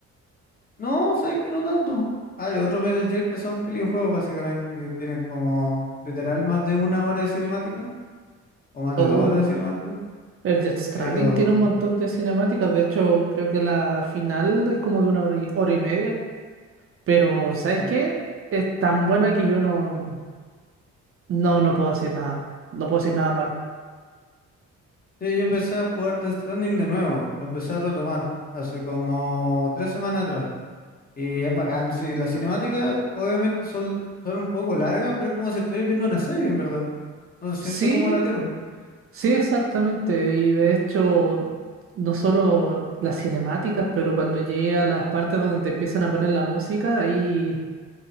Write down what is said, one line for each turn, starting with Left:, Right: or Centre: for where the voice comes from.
Left: No, sabes que no tanto. Hay otros Metal Gear que son pelijuegos básicamente, que tienen como literal más de una hora de cinemática, o más
Right: Oh,
Left: de dos horas de cinemática,
Right: el Death Stranding
Left: pero
Right: tiene un montón de cinemáticas. De hecho, creo que la final es como de una hora y hora y media. Pero,
Left: pucha,
Right: ¿sabes
Left: no,
Right: qué? Es tan buena que yo no, no, no puedo decir nada. No puedo decir nada malo.
Left: Sí, yo empecé a jugar Death Stranding de nuevo, lo empecé a retomar hace como tres semanas atrás y es bacán, sí, las cinemáticas obviamente son, son un poco largas, pero es como si estuvieras viendo una serie en verdad, no se
Right: Sí,
Left: siente como latero,
Right: sí, exactamente. Y de hecho, no solo las cinemáticas, pero cuando llegué a las partes donde te empiezan a poner la música, ahí,